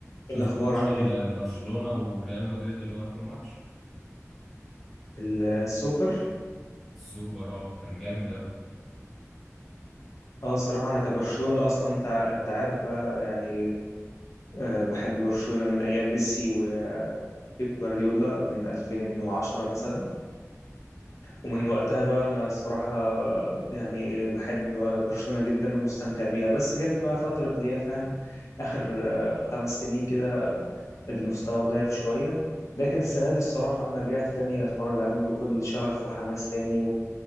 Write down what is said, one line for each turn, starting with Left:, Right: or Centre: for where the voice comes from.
Centre: شفت
Left: الأخبار
Centre: ماتش
Left: عامل
Centre: ال-
Left: إيه؟
Centre: برشلونة وريال مدريد اللي هو آخر ماتش
Left: السوبر
Centre: السوبر اه كان جامد أوي
Left: اه الصراحة أنا كبرشلوني أصلا أنت أنت عارف بقى يعني أه بحب برشلونة من أيام ميسي وبيب جوارديولا من 2010 مثلا ومن وقتها بقى وأنا الصراحة آه، يعني بحب برشلونة جدا ومستمتع بيها بس جت بقى فترة اللي هي فاهم آخر آه، خمس سنين كده المستوى ضعف شوية لكن السنة دي الصراحة أنا رجعت تاني أتفرج عليهم بكل شغف وحماس تاني